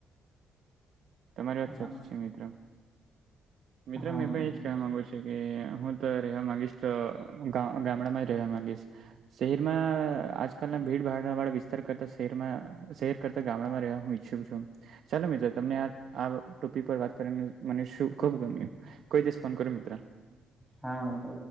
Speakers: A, on the right; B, in the centre.
A: તમારી
B: હા
A: વાત સાચી છે મિત્ર, મિત્ર
B: હા
A: મેં પણ એજ કેવાં માગું છે કે હું તો રહેવા માંગીશ તો ગામડામાં જ રહેવા માંગીશ. શહેરમાં આજકાલના ભીડ-ભાડવાળા વિસ્તાર કરતા શહેરમાં શહેર કરતા ગામડામાં રહ્યા હું ઈચ્છું છું ચાલો મિત્રો તમને આ આ ટોપિક પર વાત કરીને મને શું ખુબ ગમ્યું કોઈ દિવસ ફોન કરો મિત્ર.
B: હા મિત્ર.